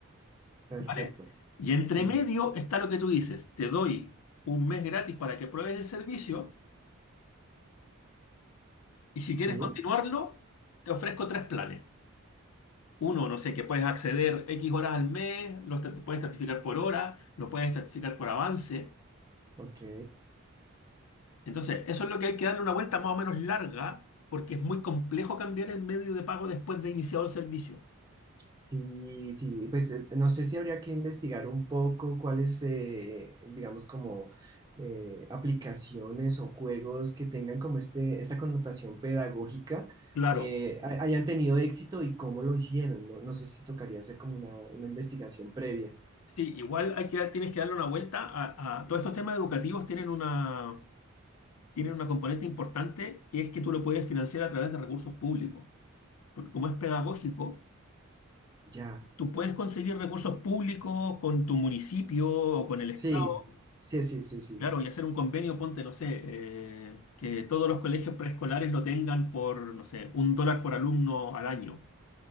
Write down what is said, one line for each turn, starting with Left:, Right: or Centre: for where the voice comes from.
Right: perfecto.
Left: ¿vale? Y entre
Right: Sí,
Left: medio está lo que tú dices, te doy un mes gratis para que pruebes el servicio y si quieres
Right: sí,
Left: continuarlo, te ofrezco tres planes. Uno, no sé, que puedes acceder X horas al mes, los te- puedes certificar por hora, lo puedes certificar por avance.
Right: ok.
Left: Entonces, eso es lo que hay que darle una vuelta más o menos larga porque es muy complejo cambiar el medio de pago después de iniciado el servicio.
Right: Sí, sí, pues eh, no sé si habría que investigar un poco cuáles, eh, digamos, como eh, aplicaciones o juegos que tengan como este, esta connotación pedagógica
Left: Claro,
Right: eh, ha- hayan tenido éxito y cómo lo hicieron. No, no sé si tocaría hacer como una, una investigación previa.
Left: sí, igual hay que, dar- tienes que darle una vuelta a, a- todos estos temas educativos tienen una tienen una componente importante que es que tú lo puedes financiar a través de recursos públicos, porque como es pedagógico,
Right: Ya,
Left: tú puedes conseguir recursos públicos con tu municipio o con el Estado,
Right: sí, sí, sí, sí, sí.
Left: claro, y hacer un convenio, ponte, no sé, eh, que todos los colegios preescolares lo tengan por, no sé, un dólar por alumno al año,